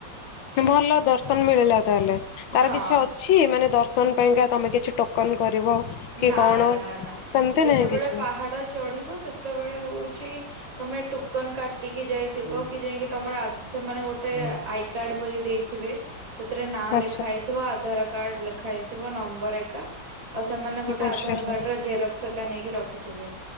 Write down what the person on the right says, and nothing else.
ହଁ
ନା
ନା ନା ନା
ଯେତେବେଳେ
ପାହାଡ ଚଢିବ ସେତେବେଳେ ହଉଚି ତମେ ଟୋକନ କାଟିକି ଯାଇଥିବ, କି ଯାଇକି ତମର ସେମାନେ ଗୋଟେ ଆଇ କାର୍ଡ ପରି ଦେଇ ଥିବେ ସେଥିରେ ନାଁ
ଲେଖା ହେଇଥିବ, ଆଧାର କାର୍ଡ ଲେଖା ହେଇଥିବ ନମ୍ବର ଏକା ଆଉ ସେମାନେ ଗୋଟେ
ଆଧାର କାର୍ଡ ର ଜେରକ୍ସ ହେକା ନେଇକି ରଖିଥିବେ।